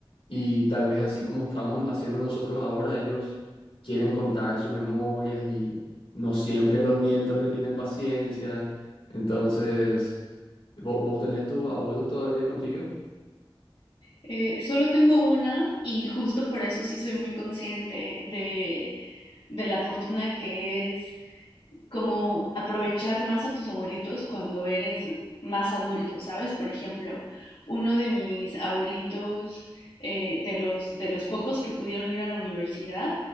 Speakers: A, on the left; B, on the left.
A: y tal vez así como estamos haciendo nosotros ahora, ellos quieren contar sus memorias y no siempre los nietos le tienen paciencia. Entonces, ¿vo- ¿vos tenés tus abuelos todavía contigo?
B: Eh, solo tengo una y justo por eso sí soy muy consciente de, de la fortuna que es como aprovechar más a tus abuelitos cuando eres más adulto, ¿sabes? Por ejemplo, uno de mis abuelitos, eh, de los, de los pocos que pudieron ir a la universidad,